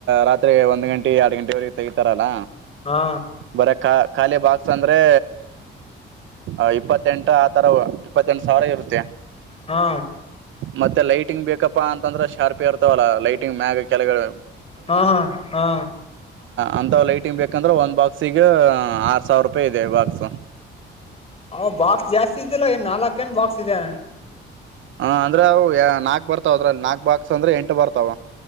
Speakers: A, on the right; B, on the left.
A: ರಾತ್ರಿ ಒಂದು ಗಂಟೆ ಎರಡು ಗಂಟೆವರೆಗೆ ತೆಗಿತಾರಲ್ಲ
B: ಹಾ
A: ಬರಾ ಖಾಲಿ ಬಾಕ್ಸ್ ಅಂದ್ರೆ <inaudible> ಇಪ್ಪತ್ತೆಂಟು ಆ ತರ ಇಪ್ಪತ್ತೆಂಟು ಸಾವಿರ ಇರುತ್ತೆ
B: ಹಾ
A: ಮತ್ತೆ ಲೈಟಿಂಗ್ ಬೇಕಪ್ಪ ಅಂತಂದ್ರೆ ಶಾರ್ಪ್ ಯಾರ ಇವಲ್ಲ ಲೈಟಿಂಗ್ ಮ್ಯಾಗ ಕೆಳಗಳು
B: ಹಾ ಹಾ ಹಾ
A: ಅಂತ ಲೈಟಿಂಗ್ ಬೇಕಂದ್ರೆ ಒಂದು ಬಾಕ್ಸಿಗೆ ಆರು ಸಾವಿರ ರೂಪಾಯಿ ಇದೆ ಬಾಕ್ಸ್
B: ಅವ ಬಾಕ್ಸ್ ಜಾಸ್ತಿ ಇದ್ದಿಲ್ಲ ಏನ್ ನಾಲ್ಕ ನ್ ಬಾಕ್ಸ್ ಇದೆ
A: ಹ ಅಂದ್ರೆ ಅವು ನಾಕ್ ಬರ್ತಾವ ಅದ್ರಲ್ಲಿ ನಾಕ್ ಬಾಕ್ಸ್ ಅಂದ್ರೆ ಎಂಟು ಬರ್ತಾವ